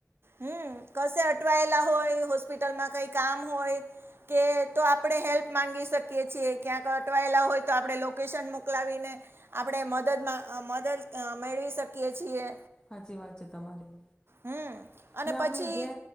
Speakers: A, on the right; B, on the left.
A: હમ કસે અટવાયેલા હોય હોસ્પિટલમાં કઈ કામ હોય કે તો આપણે હેલ્પ મામાંગી શકીએ છીએ ક્યાંક અટવાયેલા હોય તો આપણે લોકેશન મોકલાવીને આપણે મદદમાં મદદ મેળવી શકીએ છીએ
B: સાચી વાત છે તમારી
A: હમ અને
B: ને આપણે
A: પછી
B: ગે